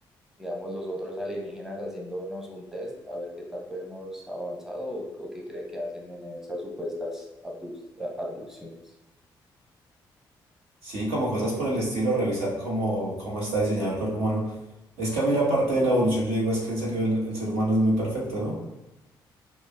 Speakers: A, in the centre; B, on the right (about 70°).
A: digamos, los otros alienígenas haciéndonos un test a ver qué tanto hemos avanzado o, o qué cree que hacen en esas supuestas abduc- eh, abducciones?
B: Sí, como cosas por el estilo, revisar cómo, cómo está diseñado el cuerpo humano. Es que a mí la parte de la evolución, yo digo, es que en serio el, el ser humano es muy perfecto, ¿no?